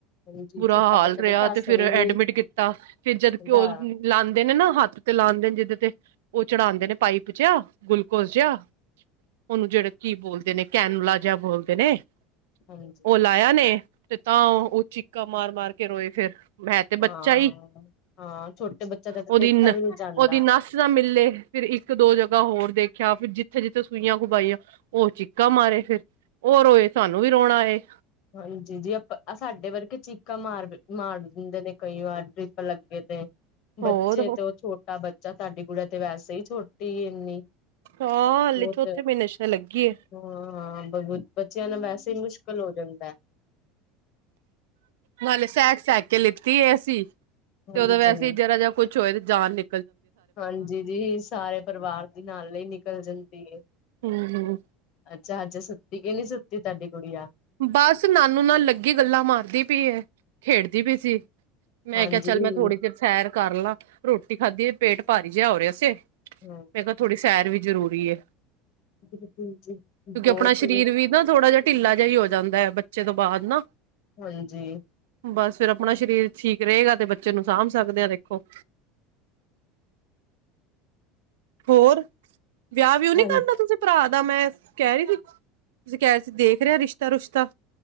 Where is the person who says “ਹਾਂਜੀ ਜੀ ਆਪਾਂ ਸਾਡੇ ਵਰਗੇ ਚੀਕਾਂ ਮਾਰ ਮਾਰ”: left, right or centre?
Left